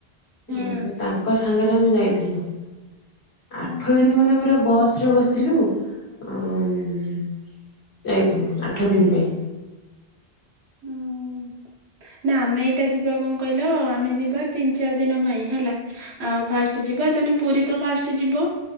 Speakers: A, on the right (about 85°); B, on the left (about 90°).
A: ହୁଁ
B: ଆ ତ ତାଙ୍କ ସାଙ୍ଗରେ ଆମେ ଯାଇଥିଲୁ। ଆଠ
A: ଓହୋ
B: ଦିନ ମାନେ ପୁରା ବସ ରେ ବସିକି ଅଁ ଯାଇଥିନୁ ଆଠ ଦିନ ପାଇଁ।
A: ହୁଁ। ନା ଆମେ ଏଇଟା ଯିବା କଣ କହିଲ ଆମେ ଯିବା ତିନି ଚାରି ଦିନ ପାଇଁ ହେଲା। ଆଉ ଫାଷ୍ଟ ଯିବା ଜାନେ ପୁରୀ ତ ଫାଷ୍ଟ ଯିବ।